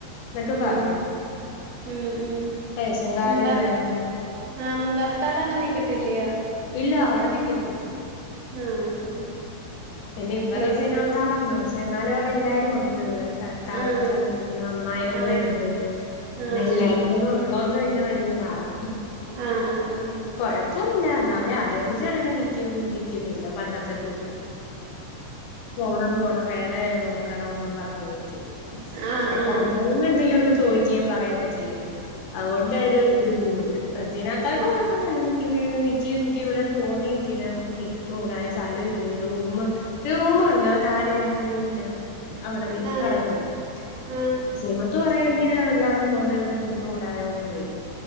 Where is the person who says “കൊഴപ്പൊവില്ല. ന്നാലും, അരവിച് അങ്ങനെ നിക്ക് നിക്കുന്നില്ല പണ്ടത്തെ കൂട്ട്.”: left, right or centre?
Left